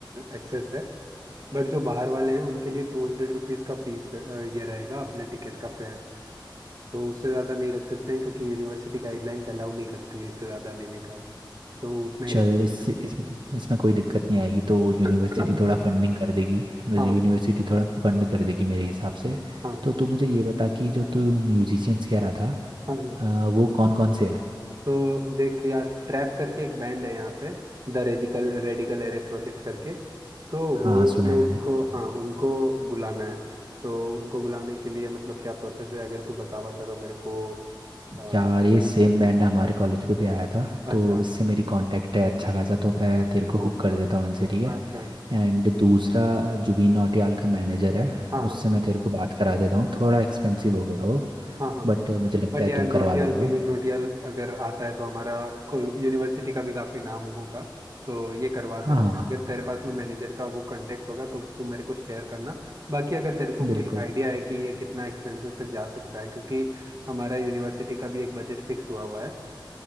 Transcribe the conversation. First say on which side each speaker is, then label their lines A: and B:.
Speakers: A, on the right; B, on the right.
A: एक्सेस है बट जो बाहर वाले हैं उनके लिए टू हंड्रेड रुपीज़ का फीस ये रहेगा अपने टिकट का फेयर तो उससे ज़्यादा नहीं रख सकते हैं क्योंकि यूनिवर्सिटी गाइडलाइंस अलाउ नहीं करती है इससे ज़्यादा लेने का तो उतना ही
B: चल
A: रख सकते
B: इससे इस, इसमें कोई दिक्कत नहीं आएगी तो यूनिवर्सिटी
A: हैं
B: थोड़ा फंडिंग कर देगी
A: <laughs> हाँ
B: यूनिवर्सिटी थोड़ा फंड कर देगी मेरे हिसाब से
A: हाँ
B: तो तू मुझे ये बता कि जो तू म्यूजिशियंस कह रहा था
A: हाँ हाँ।
B: अ, वो कौन कौन से हैं
A: तो देख यार ट्रैप करके एक बैंड है यहाँ पे the radical radical array project करके तो वो
B: हाँ सुना
A: लोग
B: है मैंने
A: को हाँ उनको बुलाना है तो उनको बुलाने के लिए मतलब क्या प्रोसेस है अगर तू बता बता तो मेरे को अ,
B: यार ये सेम बैंड हमारे कॉलेज पे भी आया था
A: अच्छा
B: तो इससे मेरी कांटेक्ट है अच्छा खासा तो मैं तेरे को हुक कर देता हूँ इनसे ठीक
A: अच्छा अच्छा
B: है एंड दूसरा जुबीन नौटियाल का मैनेजर है
A: हाँ
B: उससे
A: हाँ हाँ
B: मैं तेरे को बात करा देता हूँ थोड़ा
A: अच्छा।
B: एक्सपेंसिव होगा वो
A: हाँ हाँ
B: बट मुझे लगता
A: बट
B: है
A: यार
B: तुम
A: नौटियाल
B: करवा लोगे
A: जुबिन नौटियाल अगर आता है तो हमारा यूनिवर्सिटी का भी काफी नाम होगा तो ये करवा
B: हाँ
A: सकते
B: हाँ
A: हैं अगर तेरे पास में मैनेजर का वो कांटेक्ट होगा तो तू मेरे को शेयर करना बाकी अगर तेरे को कोई
B: बिल्कुल
A: आइडिया है कि ये कितना एक्सपेंसेस तक जा सकता है क्योंकि हमारा यूनिवर्सिटी का भी एक बजट फिक्स हुआ हुआ है